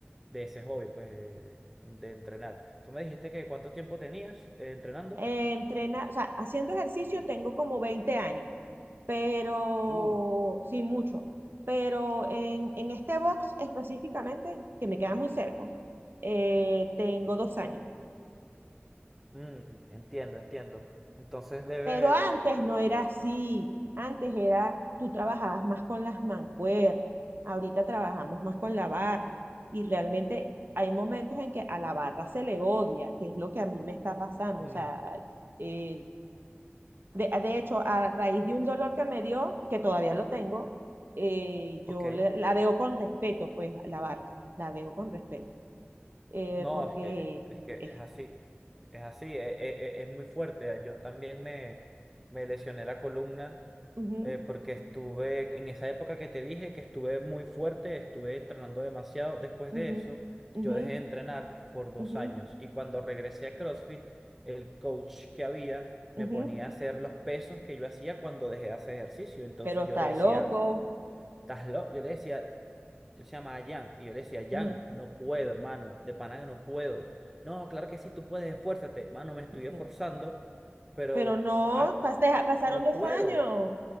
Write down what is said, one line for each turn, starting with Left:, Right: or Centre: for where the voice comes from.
Centre: de ese hobby, pues, de, de entrenar. Tú me dijiste que cuánto tiempo tenías eh, entrenando.
Right: Eh, entrena, o sea, haciendo ejercicio tengo como 20 años, pero
Centre: Uf,
Right: sí mucho. Pero en, en este box específicamente, que me queda muy cerca, eh, tengo dos años.
Centre: mm, entiendo, entiendo. Entonces debes,
Right: Pero antes no era así. Antes era, tú trabajabas más con las mancuernas. Ahorita trabajamos más con la barra. Y realmente hay momentos en que a la barra se le odia, que es lo que a mí me está pasando.
Centre: mm,
Right: O sea, eh, de, de hecho, a raíz de un dolor que me dio, que todavía lo tengo, eh, yo
Centre: ok.
Right: le- la veo con respeto, pues, a la barra. La veo con respeto. Eh,
Centre: No,
Right: porque
Centre: es que, es que
Right: es...
Centre: es así, es así, e- e- e- es, muy fuerte. Yo también me, me lesioné la columna
Right: ujú,
Centre: eh, porque estuve, en esa época que te dije que estuve muy fuerte, estuve entrenando demasiado. Después
Right: ujú,
Centre: de eso,
Right: ujú,
Centre: yo dejé de entrenar por dos
Right: ujú,
Centre: años y cuando regresé a CrossFit, el coach que había
Right: ujú,
Centre: me ponía
Right: ujú,
Centre: a hacer los pesos que yo hacía cuando dejé de hacer ejercicio. Entonces
Right: pero está
Centre: yo le decía,
Right: loco.
Centre: ¿estás loco? Yo le decía... Él se llama Jan. Y yo le decía, Jan,
Right: Mm,
Centre: no puedo, hermano. De pana que no puedo. No, claro que sí, tú puedes, esfuérzate. Mano, me estoy
Right: mm,
Centre: esforzando,
Right: mm.
Centre: pero
Right: Pero no,
Centre: ah,
Right: pas- deja- pasaron
Centre: no
Right: dos
Centre: puedo.
Right: años.